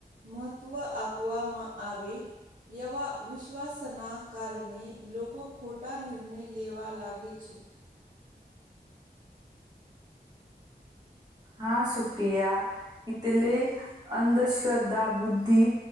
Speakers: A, on the right; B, on the right.
A: મહત્વ આપવામાં આવે, એવા વિશ્વાસના કારણે લોકો ખોટા નિર્ણય લેવા લાગે છે.
B: હા, સુપ્રિયા. તેલે અંધશ્રદ્ધા, બુદ્ધિ